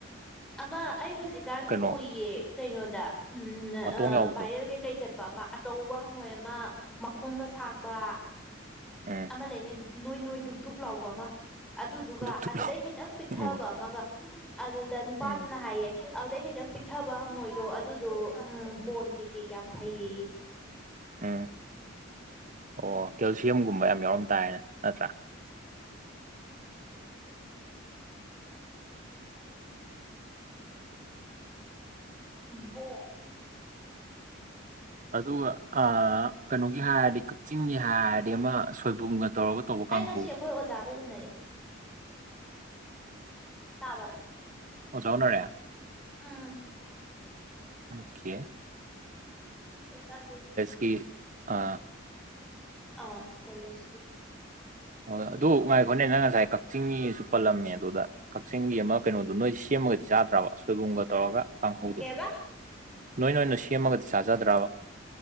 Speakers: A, in the centre; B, on the right.
A: ꯑꯃ ꯑꯩ ꯍꯧꯖꯤꯛꯀꯥꯟ
B: ꯀꯩꯅꯣ
A: ꯎꯌꯦ ꯀꯩꯅꯣꯗ ꯎ
B: ꯃꯇꯣꯡ ꯌꯥꯎꯕꯗꯣ
A: ꯚꯥꯏꯔꯦꯜ ꯀꯩꯀꯩ ꯆ ꯑꯃ ꯑꯆꯧꯕ ꯍꯪꯉꯣꯏ ꯑꯃ ꯃꯈꯣꯡꯒ ꯁꯥꯡꯕ
B: ꯎꯝ
A: ꯑꯃ ꯂꯩꯅꯤ ꯅꯣꯏ ꯅꯣꯏ ꯗꯨꯛ ꯗꯨꯛ ꯂꯥꯎꯕ ꯑꯃ ꯑꯗꯨꯗꯨꯒ
B: ꯗꯨꯞ ꯗꯨꯞ
A: ꯑꯗꯨꯗꯩ
B: ꯂꯥꯎ
A: ꯈꯤꯇꯪ ꯄꯤꯛꯊꯕ
B: ꯎꯝ
A: ꯑꯃꯒ ꯑꯗꯨꯗ ꯅꯨꯄꯥꯗꯨꯅ
B: ꯎꯝ
A: ꯍꯥꯏꯌꯦ ꯑꯗꯨꯗꯩ ꯈꯤꯇꯪ ꯄꯤꯛꯊꯕ ꯃꯣꯏꯗꯣ ꯑꯗꯨꯗꯣ ꯎ ꯕꯣꯟ ꯀꯩꯀꯩ ꯌꯥꯝ ꯐꯩꯌꯦ
B: ꯎꯝ ꯑꯣ ꯀꯦꯜꯁꯤꯌꯝꯒꯨꯝꯕ ꯌꯥꯝ ꯌꯥꯎꯔꯝ ꯇꯥꯏꯅ ꯅꯠꯇ꯭ꯔꯥ
A: <unintelligible>
B: ꯑꯗꯨꯒ ꯀꯩꯅꯣꯒꯤ ꯍꯥꯏꯔꯗꯤ ꯀꯛꯆꯤꯡꯒꯤ ꯍꯥꯏꯔꯗꯤ ꯑꯃ ꯁꯣꯏꯕꯨꯝꯒ ꯇꯧꯔꯒ ꯇꯧꯕ ꯀꯥꯡꯍꯧꯗꯣ
A: ꯑꯩ ꯉꯁꯤ ꯑꯩꯈꯣꯏ ꯑꯣꯖꯥꯒ ꯎꯅꯔꯑꯦ ꯇꯥꯕꯔ
B: ꯑꯣꯖꯥ ꯎꯅꯔꯦ
A: ꯎꯝ
B: ꯑꯣꯀꯦ
A: ꯑꯣ ꯆꯥꯒꯦ
B: ꯑꯩ ꯑ
A: ꯑꯥ ꯄꯣꯂꯁꯀꯤ
B: ꯍ ꯑꯗꯨ ꯉꯥꯏꯈꯣꯠꯅꯦ ꯅꯪ ꯉꯁꯥꯏ ꯀꯛꯆꯤꯡꯒꯤꯁꯨ ꯄꯜꯂꯝꯅꯦ ꯑꯗꯨꯗ ꯀꯛꯆꯤꯡꯒꯤ ꯑꯃ ꯀꯩꯅꯣꯗꯣ ꯅꯣꯏ ꯁꯦꯝꯃꯒꯗꯤ ꯆꯥꯗ꯭ꯔꯕ ꯁꯣꯏꯕꯨꯝꯒ ꯇꯧꯔꯒ ꯀꯥꯡꯍꯧꯗꯨꯣ
A: ꯀꯩꯕ
B: ꯅꯣꯏ ꯅꯣꯏꯅ ꯁꯦꯝꯃꯒꯗꯤ ꯆꯥꯖꯗ꯭ꯔꯕ